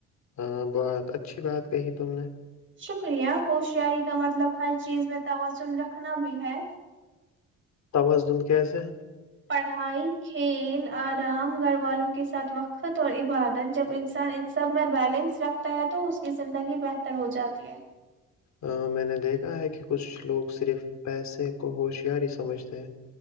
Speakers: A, on the left; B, on the right.
A: ہاں بہت اچھی بات کہی تم نے
B: شکریہ خشیااریی کا مطلب ہر چیز میں توازن رکھنا بھی ہے
A: توازن کیسے
B: پڑھائی کھیل آرام گھر والوں کے ساتھ وقت اور عبادت جب انسان ان سب میں بیلنس رکھتا ہے تو اس کی زندگی بہتر ہو جاتی ہے
A: ا میں نے دیکھا ہے کہ کچھ لوگ صرف پیسے کو ہوشیاری سمجھتے ہیں